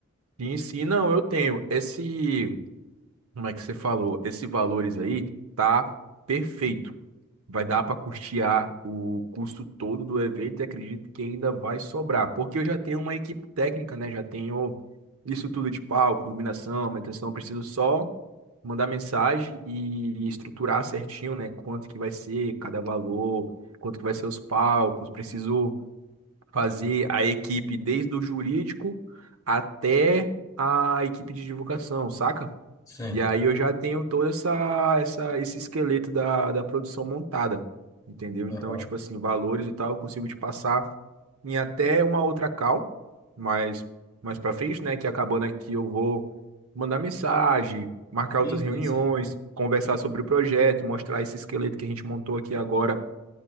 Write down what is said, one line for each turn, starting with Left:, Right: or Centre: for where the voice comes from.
Right: sim sim não, eu tenho. Esse, como é que você falou? Esse valores aí tá perfeito. Vai dar para custear o custo todo do evento e acredito que ainda vai sobrar, porque eu já tenho uma equipe técnica, né? Já tenho isso tudo de palco, iluminação, manutenção. Eu Preciso só mandar mensagem e estruturar certinho, né? Quanto que vai ser cada valor, quanto que vai ser os palcos. Preciso fazer a equipe desde o jurídico até a equipe de divulgação, saca?
Left: Sim.
Right: E aí eu já tenho todo essa, essa, esse esqueleto da, da produção montada, entendeu?
Left: Aham.
Right: Então, tipo assim, valores e tal, eu consigo te passar em até uma outra call, mas mais para frente, né, que acabando aqui eu vou mandar mensagem, marcar outras
Left: Sim,
Right: reuniões,
Left: sim, sim.
Right: conversar sobre o projeto, mostrar esse esqueleto que a gente montou aqui agora